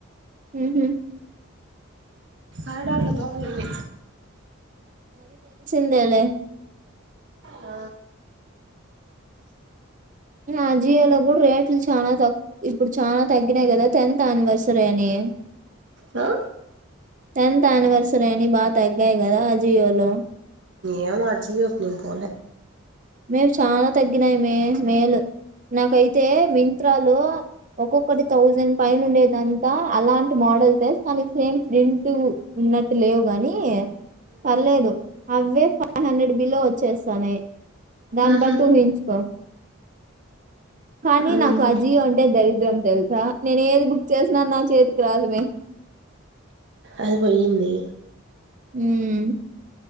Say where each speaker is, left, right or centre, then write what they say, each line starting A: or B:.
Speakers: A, on the right; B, on the right.
A: ఉహు
B: ఆడాలదా దోమలు
A: తేలే
B: ఆ
A: ఆజియలో కూడా రేట్లు చాల తక్కువ ఇప్పుడు చల తగ్గినాయి కదా టెన్త్ అనివర్సరీ అని
B: ఆ
A: టెన్త్ ఆనివర్సరీ అని బాగా తగ్గాయి కదా అ జియో లో
B: ఏమో జియో పోలే
A: మేము చాలా తగ్గినాయి మే మేలు నాకైతే వింత్రా లో ఒక్కొక్కటి థౌజండ్ పైన ఉండేదంతా అలాంటి మోడల్స్ వే కానికి సేమ్ ప్రింట్ ఉన్నట్టు లేవు గాని పర్లేదు అవే ఫైవ్ హండ్రెడ్ బిలో వచ్చేస్తానే దాని
B: ఉమ్ ఉహు
A: బాటు ఊహించుకో కానీ
B: ఉమ్
A: నాకు అజీ అంటే దరిద్రం తెలుసా నేను ఏది బుక్ చేసినా నా చేతికి రాసమే
B: అది పోయింది
A: హుమ్మ్